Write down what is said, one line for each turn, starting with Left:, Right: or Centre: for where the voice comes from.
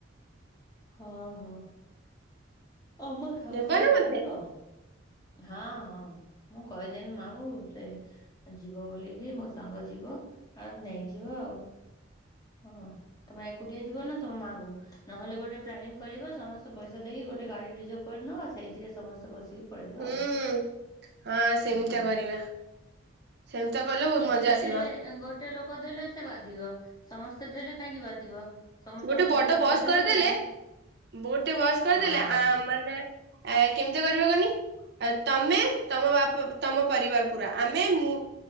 Left: ହଁ ହଁ। ଆମ ସାଙ୍ଗରେ
Right: ନେବ ନା
Left: ପଳେଇବ।
Right: ମତେ
Left: ହଁ ହଁ ମୁଁ କହିଦେବି ମାକୁ ସେ ଯିବ ବୋଲିକି ମୋ ସାଙ୍ଗ ଯିବ ଆଉ ନେଇଯିବ ଆଉ। ହଁ ତମେ ଏକୁଟିଆ ଯିବ ନା ତମ ମାକୁ ନହେଲେ ଗୋଟେ ପ୍ଲାନିଂ କରିବା ସମସ୍ତେ ପଇସା ଦେଇକି ଗୋଟେ ଗାଡି ରିଜର୍ଭ କରିନେବା ଆ ସେଇଥିରେ ସମସ୍ତେ ବସିକି ପଳେଇବା
Right: ହୁଁ
Left: ଆଉ
Right: ହୁଁ ହଁ ସେମିତିଆ
Left: ହୁଁ
Right: କରିବା। ସେମିତିଆ କଲେ ବହୁତ
Left: ଏକୁଟିଆ
Right: ମଜା ଆସିବ
Left: ଦେଲେ ଗୋଟିଏ ଲୋକ ଦେଲେ ସେ ବାଧିବ ସମସ୍ତେ ଦେଲେ କାହିଁକି ବାଧିବ? ସମସ୍ତେ
Right: ଗୋଟେ
Left: ଅଳ୍ପ
Right: ବଡ
Left: ଅଳ୍ପ
Right: ବସ୍
Left: ଦେଇଦେଲେ
Right: କରିଦେଲେ
Left: ବାସ୍ ବୁଲ
Right: ଗୋଟେ ବସ୍ କରିଦେଲେ
Left: ହଁ
Right: ଆ ମାନେ ଆ କେମିତି କରିବା କହନି? ଆ ତମେ ତମ ବାପା ତମ ପରିବାର ପୁରା ଆମେ ମୁଁ